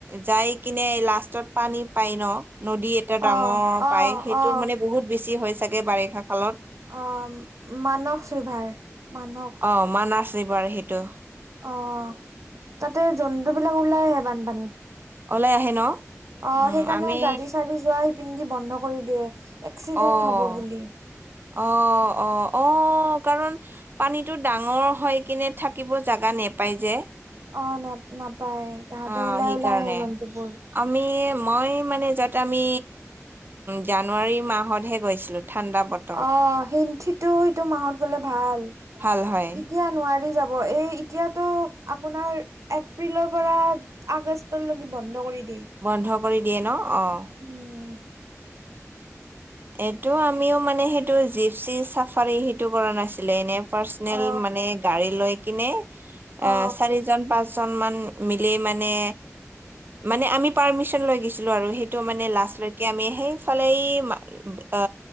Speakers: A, on the right; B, on the right.
A: যাই কিনে লাষ্টত পানী পায় ন নদী এটা ডাঙৰ
B: অ অ
A: পায় সেই
B: অ
A: তো মানে বহুত বেছি হয় চাগে বাৰিষা কালত।
B: অঁ, মানস ৰিভাৰ মানস।
A: অঁ' মানাছ ৰিভাৰ সেইটো।
B: অ' তাতে জন্তু বিলাক ওলাই আহে বানপানীত?
A: ওলাই আহে ন'?
B: অ'
A: উম
B: সেইকাৰণে
A: আমি
B: গাড়ী চাৰড়ি যোৱা সিপিন্ধি বন্ধ কৰি দিয়ে। এক্সিডেন্ট
A: অ',
B: হব বুলি
A: অ', অ' অঁ, কাৰণ পানীটো ডাঙৰ হৈ কিনে থাকিব জাগা নেপায় যে।
B: অ' নে নাপায় তাহাঁতে
A: অ
B: ওলাই
A: সেইকাৰণে
B: ওলাই আহে জন্তুবোৰ।
A: আমি মই মানে য'ত আমি জানুৱাৰী মাহতহে গৈছিলোঁ ঠাণ্ডাাপত
B: অ' সেথিটো সেইটো মাহত গলে ভাল
A: ভাল হয়
B: এতিয়া নোৱাৰি যাব এই এতিয়াতটো আপোনাৰ এপ্ৰিলৰ পৰা আগষ্টলৈকে বন্ধ কৰি দিয়ে।
A: বন্ধ কৰি দিয়ে ন' অঁ।
B: উম'।
A: এইটো আমিও মানে সেইটো জিপচি চাফাৰী সেইটো কৰা নাছিলে এনে ফাষ্ট
B: অ
A: মানে গাৰি লৈ কিনে এ
B: অ
A: চাৰি জন পাঁচজন মান মিলি মানে মানে আমি পাৰ্মিশন লৈ গৈছিলো আৰু সেইটো মানে লাষ্টলৈকে আমি সেইফালে এ